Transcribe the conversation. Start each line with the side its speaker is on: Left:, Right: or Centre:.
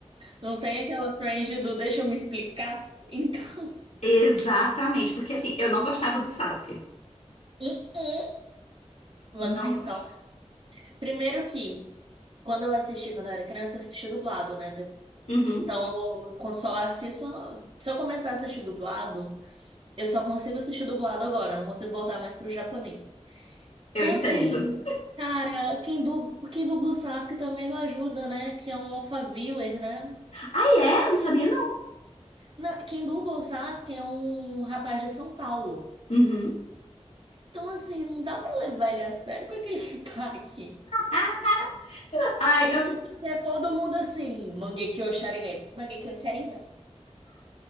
Right: não tem aquela trend do deixa eu me explicar. Então,
Left: Exatamente, porque assim, eu não gostava do Sasuke.
Right: <laughs> hum, hum, logo
Left: Não
Right: sem
Left: gostava.
Right: sal. Primeiro que, quando eu assisti, quando eu era criança, eu assisti dublado, né? De-
Left: Uhum,
Right: Então, eu con- só assisto. Se eu começar a assistir dublado, eu só consigo assistir dublado agora, eu não consigo voltar mais pro japonês.
Left: eu
Right: Então,
Left: entendo.
Right: assim, cara, quem, du... quem dubla o Sasuke também não ajuda, né? Que é um Alphaviller, né?
Left: Ah, é? Não sabia, não.
Right: Na- Quem dubla o Sasuke é um rapaz de São Paulo.
Left: Uhum.
Right: Então, assim, não dá pra levar ele a sério com aquele <laughs> sotaque.
Left: Ah, Ai,
Right: Sem
Left: eu...
Right: contar que é todo mundo assim, Mangekyou Sharingan. Ele, Mangekyou Sharingan.